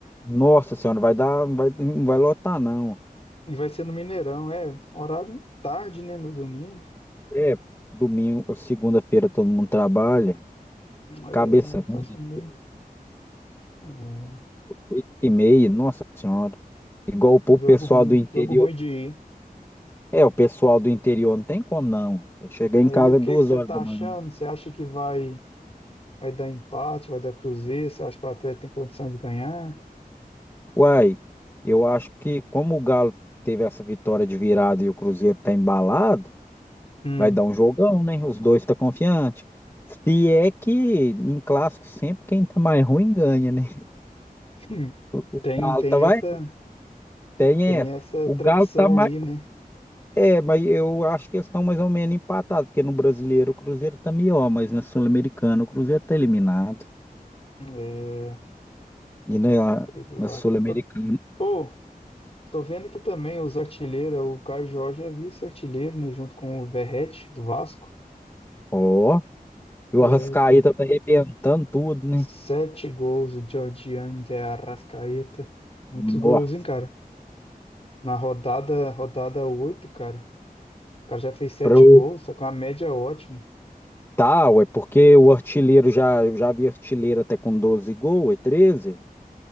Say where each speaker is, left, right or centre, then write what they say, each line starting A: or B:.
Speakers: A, on the left; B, on the left.
A: Nossa senhora, vai dar, vai, não vai lotar, não.
B: E vai ser no Mineirão. É, horário tarde, né? No domingo.
A: É, domingo, segunda-feira todo mundo trabalha.
B: É,
A: Cabeça ruim
B: tá achando
A: de
B: meio. é, um
A: Oito e meia, nossa senhora. Igual pro
B: jogo
A: pessoal
B: ruim.
A: do interior.
B: Jogo ruim de ir.
A: É, o pessoal do interior não tem como não. Chegar
B: É,
A: em casa
B: e o que
A: duas
B: que você
A: horas
B: tá
A: da
B: achando?
A: manhã.
B: Você acha que vai. Vai dar empate, vai dar cruzeiro, você acha que o Atlético tem condição de ganhar?
A: Uai, eu acho que como o Galo teve essa vitória de virada e o Cruzeiro tá embalado,
B: Hum.
A: vai dar um jogão, né? Os dois tá confiante. Se é que em clássico sempre quem tá mais ruim ganha, né?
B: <laughs>
A: O o
B: Tem,
A: Galo
B: tem
A: tá mais.
B: essa,
A: Tem
B: tem
A: essa.
B: essa
A: O
B: tradição
A: Galo tá mais
B: aí, né?
A: É, mas eu acho que eles estão mais ou menos empatados, porque no brasileiro o Cruzeiro tá melhor, mas na Sul-Americana o Cruzeiro tá eliminado.
B: É,
A: E na,
B: sei lá,
A: na Sul-Americana,
B: cara. Eu- Pô, tô vendo que também os artilheiros, o Caio Jorge é vice-artilheiro, né? Junto com o Verratti, do Vasco.
A: ó, e
B: É,
A: o Arrascaeta
B: eu-
A: tá arrebentando tudo, né?
B: sete gols, o Georgian de Arrascaeta. Muitos
A: Nossa,
B: gols, hein, cara? Na rodada, rodada oito, cara. O cara já fez sete
A: pro
B: gols, só com uma média ótima.
A: tal, é porque o artilheiro já, já vi artilheiro até com 12 gols, é 13.